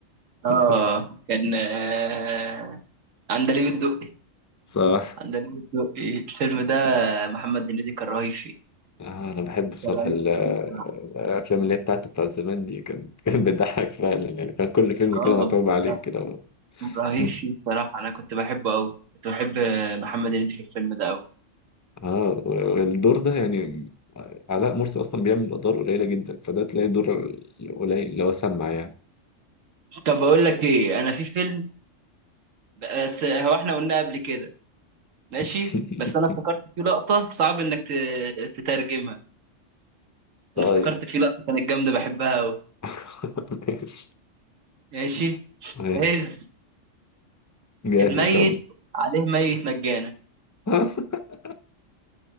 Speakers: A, on the right; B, on the left.
A: آه
B: <laughs>
A: كان آه عندليب الدقي
B: صح
A: عندليب الدقي الفيلم ده محمد هنيدي كان رهيب فيه
B: آه انا بحب بصراحه
A: كان رهيب
B: ال-
A: فيه الصراحة
B: الافلام اللي هي بتاعت بتاع زمان دي كان <laughs> كان بتضحك فعلا يعني كان كل فيلم
A: آه
B: كده متعوب عليه
A: لا
B: كده
A: كان رهيب
B: مم.
A: فيه الصراحة أنا كنت بحبه أوي كنت بحب محمد هنيدي في الفيلم ده أوي
B: اه والدور ده يعني علاء مرسي اصلا بيعمل ادوار قليله جدا فده تلاقي دور قليل اللي هو سمع يعني
A: طب بقول لك ايه انا في فيلم بس هو احنا قلنا قبل كده ماشي
B: <laughs>
A: بس انا افتكرت فيه لقطة صعب انك ت- تترجمها
B: طيب
A: انا افتكرت فيه لقطة كانت جامدة بحبها قوي
B: <laughs> ماشي
A: ماشي
B: ماشي
A: هز
B: جاهز
A: الميت
B: ان شاء الله
A: عليه ميت مجانا
B: <laughs>